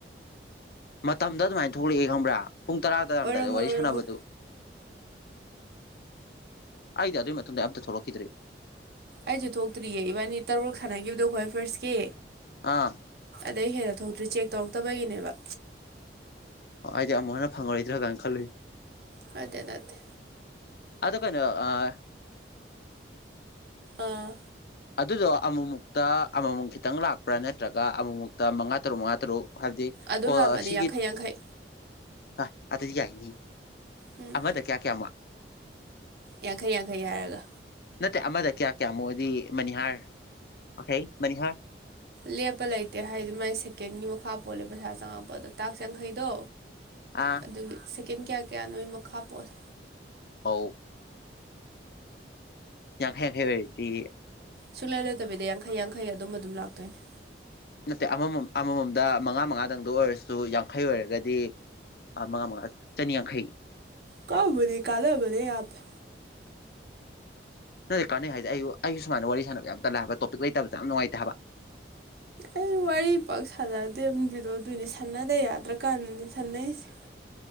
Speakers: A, on the left; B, on the right.
A: ꯃꯇꯝꯗ ꯑꯗꯨꯃꯥꯏꯅ ꯊꯣꯛꯂꯛꯑꯦ ꯈꯪꯕ꯭ꯔꯥ ꯄꯨꯡ ꯇꯔꯥ ꯇꯥꯔꯝꯗꯥꯏꯗ
B: ꯑꯣꯏꯔꯝꯃꯣꯏ
A: ꯋꯥꯔꯤ
B: ꯑꯣꯏꯔꯝꯃꯣꯏ
A: ꯁꯥꯟꯅꯕꯗꯨ ꯑꯩꯗꯤ ꯑꯗꯨꯏ ꯃꯇꯨꯡꯗ ꯑꯝꯇ ꯊꯣꯛꯂꯛꯈꯤꯗ꯭ꯔꯦ
B: ꯑꯩꯁꯨ ꯊꯣꯛꯇ꯭ꯔꯤꯌꯦ ꯏꯕꯥꯅꯤ ꯇꯔꯨꯛ ꯁꯥꯟꯅꯈꯤꯕꯗꯣꯈꯣꯏ ꯐꯔꯁꯀꯤꯦ
A: ꯑꯥ
B: ꯑꯗꯩ ꯍꯦꯟꯅ ꯊꯣꯛꯇ꯭ꯔꯤ ꯆꯦꯛ ꯇꯧꯔꯛꯇꯕꯒꯤꯅꯦꯕ
A: ꯑꯩꯗꯤ ꯑꯃꯨꯛ ꯍꯟꯅ ꯐꯪꯉꯔꯣꯏꯗ꯭ꯔꯥ ꯀꯥꯏꯅ ꯈꯜꯂꯨꯏ
B: ꯅꯠꯇꯦ ꯅꯠꯇꯦ
A: ꯑꯗꯣ ꯀꯩꯅꯣ ꯑꯥ
B: ꯑꯥ
A: ꯑꯗꯨꯗꯣ ꯑꯃꯨꯃꯨꯛꯇ ꯑꯃꯃꯨꯛ ꯈꯤꯇꯪ ꯂꯥꯛꯄ꯭ꯔꯥ ꯅꯠꯇ꯭ꯔꯒ ꯑꯃꯨꯃꯨꯛꯇ ꯃꯉꯥ ꯇꯔꯨꯛ ꯃꯉꯥ ꯇꯔꯨꯛ ꯐꯗꯤ
B: ꯑꯗꯨꯝ
A: ꯀ
B: ꯂꯥꯛꯄꯅꯤ
A: ꯁꯤꯒꯤ
B: ꯌꯥꯡꯈꯩ ꯌꯥꯡꯈꯩ
A: ꯑ ꯑꯗꯤ ꯀꯅꯤ
B: ꯎꯝ
A: ꯑꯃꯗ ꯀꯌꯥ ꯀꯌꯥ ꯃꯨꯛ
B: ꯌꯥꯡꯈꯩ ꯌꯥꯡꯈꯩ ꯍꯥꯏꯔꯒ
A: ꯅꯠꯇꯦ ꯑꯃꯗ ꯀꯌꯥ ꯀꯌꯥꯃꯨꯛꯗꯤ ꯃꯅꯤꯍꯥꯔ ꯃꯈꯩ ꯃꯅꯤꯍꯥꯔ
B: ꯂꯦꯞꯄ ꯂꯩꯇꯦ ꯍꯥꯏꯕꯗꯤ ꯃꯥꯏ ꯁꯦꯀꯦꯟꯒꯤ ꯃꯈꯥ ꯄꯣꯜꯂꯦ ꯄꯩꯁꯥ ꯆꯪꯉꯛꯄ ꯑꯗꯣ ꯇꯥꯛ ꯌꯥꯡꯈꯩꯗꯣ
A: ꯑꯥ
B: ꯑꯗꯨꯒꯤ ꯁꯦꯀꯦꯟ ꯀꯌꯥ ꯀꯌꯥ ꯅꯣꯏ ꯃꯈꯥ ꯄꯣꯂꯦ
A: ꯍꯥꯎ ꯌꯥꯈ ꯌꯥꯡꯈꯦ ꯍꯥꯏꯇꯤ
B: ꯁꯨꯡꯂꯣꯏ ꯂꯣꯏꯇꯕꯤꯗ ꯌꯥꯡꯈꯩ ꯌꯥꯡꯈꯩ ꯑꯗꯨꯝꯕ ꯑꯗꯨꯝ ꯂꯥꯛꯇꯣꯏꯅꯦ
A: ꯑ ꯑꯃꯃꯝ ꯑꯃꯃꯝꯗ ꯃꯉꯥ ꯃꯉꯥꯗꯪꯗ ꯑꯣꯏꯔꯁꯨ ꯌꯥꯡꯈꯩ ꯑꯣꯏꯔꯒꯗꯤ ꯑꯥ ꯃꯉꯥ ꯃꯉꯥ ꯆꯅꯤꯌꯥꯡꯈꯩ
B: ꯀꯕꯨꯦ ꯀꯥꯅꯕꯅꯦ ꯌꯥꯝꯅꯥ
A: ꯅꯗꯤ ꯀꯥꯟꯅꯩ ꯍꯥꯏꯁꯦ ꯑꯩ ꯑꯩꯁꯨ ꯁꯨꯃꯥꯏꯅ ꯋꯥꯔꯤ ꯁꯥꯟꯅꯕ ꯌꯥꯝ ꯇꯜꯂꯦ ꯍꯥꯏꯕ ꯇꯣꯄꯤꯛ ꯂꯩꯇꯕꯗ ꯌꯥꯝ ꯅꯨꯡꯉꯥꯏꯇꯦ ꯍꯥꯏꯕ <unintelligible> <inaudible>
B: ꯑꯩ ꯋꯥꯔꯤ ꯄꯥꯛ ꯁꯥꯅꯗꯦꯝꯕꯤꯗꯣ ꯑꯗꯨꯏꯅꯦ ꯁꯝꯅꯗ ꯌꯥꯗ꯭ꯔꯀꯥꯟꯅꯦ ꯁꯝꯅꯩꯁꯦ